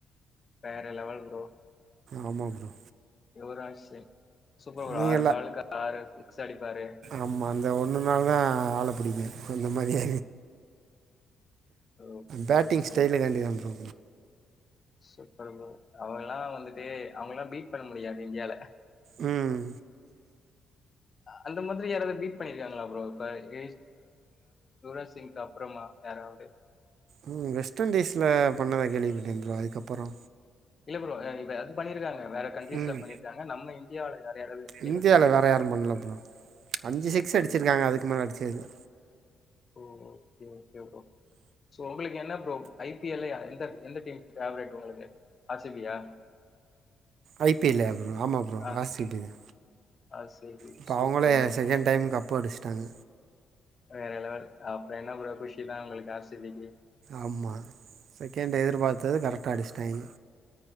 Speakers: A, on the left; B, on the right.
A: வேற லெவல் ப்ரோ
B: ஆமாம் bro
A: Yuvraj Singh super bro
B: நீங்க
A: ஆறு பாலுக்கு ஆறு சிக்ஸூ அடிப்பாரெ
B: ஆமா அந்த ஒன்னு நாள தா ஆள பிடிக்கு அந்த மாரிய
A: ஓகே
B: பேட்டிங்
A: ஓகே
B: ஸ்டைலுகான்டி
A: ப்ரோ
B: தா ப்ரோ
A: சூப்பர் ப்ரோ அவங்கல்லா வந்துட்டு அவங்கல்லா பீட் பண்ண முடியாது இந்தியால
B: உம்
A: அந்த மாதிரி யாராவது பீட் பண்ணியிருக்காங்களா ப்ரோ அ இ யுவராஜ் சிங் அப் அப்றமா யாராவது
B: உம் வெஸ்ட் இண்டீஸ்ல பண்ணதா கேள்விப்பட்டேன் ப்ரோ அதுக்கப்புறோ
A: இல்ல ப்ரோ இப்ப ரன் பண்ணிருக்காங்க வேற கண்ட்ரிஸ்ல
B: ம்
A: பண்ணிருக்காங்க நம்ம இந்.. இந்தியாவுல நெறைய அளவு ப்லேயர்ஸ்
B: இந்தியாவில்
A: மீட்
B: வேறு
A: பண்ணிருக்காங்க.
B: யாரும் பண்ணல ப்ரோ அஞ்சு
A: சூப்பர்
B: சிக்ஸ் அடிச்சிருக்காங்க
A: ப்ரோ
B: அதுக்கு மேல அடிச்சதுஇல்ல.
A: ஓ ஓகே ஓகே ப்ரோ. சோ உங்களுக்கு என்ன ப்ரோ. ஐ பி எல் ல எந்த எந்த டீம் ஃபேவரட் உங்களுக்கு ஆர் சி பி யா
B: ஐ பி யல் லயா ப்ரோ ஆமா ப்ரோ
A: ஆ
B: ஆர் சி பி தா.
A: ஆர் சி பி
B: இப்போ
A: சூப்பர்
B: அவுங்களே
A: ப்ரோ.
B: ரெண்டைம் கப்பு அடிச்சுட்டாங்க
A: வேற லெவல். அப்புறோ என்ன ப்ரோ குஷி தா உங்களுக்கு ஆர் சி பிக்கு.
B: ஆமா செகண்டு எதிர்பார்த்தது கரெக்டா அடிச்சட்டாய்ங்க.